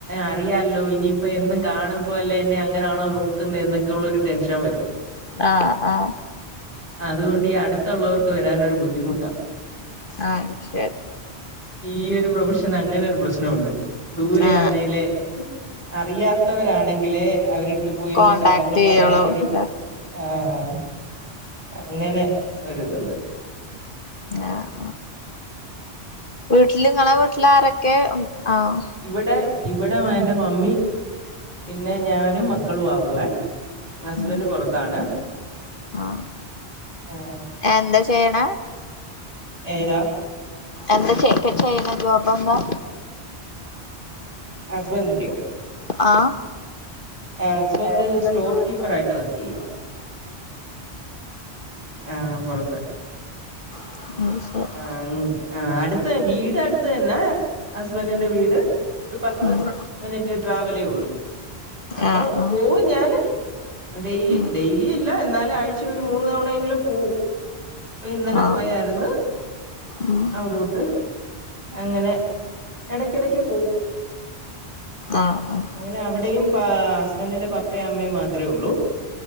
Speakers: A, on the right (about 35°); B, on the left (about 50°).
A: അറിയാല്ലോ ഇനിയിപ്പ എന്നും കാണും ഇപ്പോ എല്ലേ എന്നെ അങ്ങനാണോ നോക്ക്ന്നേ എന്നൊക്കെയുള്ളരു ടെൻഷൻ വരും
B: ആഹ് ആഹ്
A: അത്കൊണ്ട് ഈ അട്ത്തുള്ളവർക്ക് വരാനൊരു ബുദ്ധിമുട്ടാ
B: ആഹ് ശരി
A: ഈ ഒരു പ്രൊഫഷൻ അങ്ങനെ ഒരു പ്രശ്നം ഉണ്ട് ദൂരെ
B: ആഹ്
A: ആന്നേലെ അറിയാത്തവരാണെങ്കിലേ അവരെടുത്ത് പോയിരുന്ന്
B: കോണ്ടാക്ട്
A: കാര്യങ്ങൾ
B: ചെയ്യോളൂ
A: പറയാനൊര്
B: ല്ലേ
A: ആഹ് അങ്ങനെ ഒര്തുണ്ട്
B: ആഹ് വീട്ട്ല് ങ്ങളെ വീട്ട്ല് ആരൊക്കെ ഉം ആഹ്
A: ഇവടെ ഇവടെ എന്റെ മമ്മി പിന്നെ ഞാനും മക്കളും ആ ഉള്ളേ ഹസ്ബൻഡ്
B: ഉം
A: പൊറത്താണ്
B: ആഹ്
A: ഉം
B: എന്താ ചെയ്യണേ
A: ഏതാ
B: എന്താ ച്ചെ ചെയ്യ്ണ ജോബന്താ
A: ഹസ്ബൻഡിന്റെയോ
B: ആഹ്
A: ഏസ്ബൻഡ്
B: ആഹ് അത് ശരി
A: സ്റ്റോർ കീപ്പറായിട്ട് വർക്കി യ്യ ആഹ് പൊറത്ത്
B: <unintelligible>
A: ആഹ് ങ്ങ് ആഹ് അട്ത്ത് വീട് അട്ത്തന്നെ ഹസ്ബന്റിന്റെ വീട് ഒര് പത്ത്
B: ഉം
A: മിനിറ്റ് ട്രാവലേഒള്ളൂ അപ്പൊ
B: ആഹ് ആഹ്
A: പോവും ഞാന് ഡെയ്ലി
B: ഉം
A: ഡെയ്ലി എല്ല എന്നാല ആഴ്ച ഒരു മൂന്ന് തവണയെങ്കിലും പോവും ഇന്നലെ
B: ആഹ്
A: പോയാരുന്നു
B: ഉം
A: അവ്ടോട്ട് അങ്ങനെ എടക്കെടക്ക് പോവും
B: ആഹ് ആഹ്
A: അങ്ങനെ അവടെയും പ ഹസ്ബന്റിന്റെ പപ്പേ അമ്മിം മാത്രേ ഒള്ളൂ